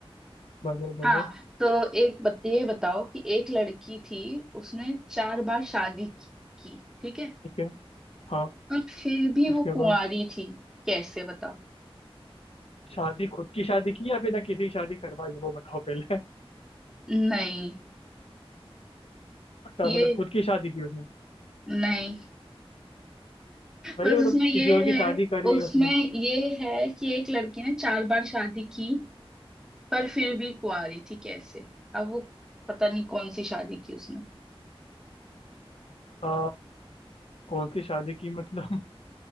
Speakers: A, on the left (about 75°); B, in the centre.
A: बोलो बोलो
B: हाँ तो एक बत, ये बताओ कि एक लड़की थी उसने चार बार शादी की की, ठीक है
A: ठीक है हाँ
B: पर फिर भी
A: उसके
B: वो कुंवारी
A: बाद
B: थी कैसे बताओ
A: शादी खुद की शादी की या फिर ना किसी की शादी करवाई है, वो बताओ पहले
B: नहीं
A: <laughs> अच्छा
B: ये
A: मतलब खुद की शादी की उसने
B: नहीं
A: वही
B: बस
A: मतलब
B: उसमें ये
A: किसी और
B: है
A: की शादी करी
B: उसमें
A: है उसने
B: ये है कि एक लड़की ने चार बार शादी की पर फिर भी कुंवारी थी कैसे अब वो पता नहीं कौन सी शादी की उसने
A: आ, कौन सी शादी की मतलब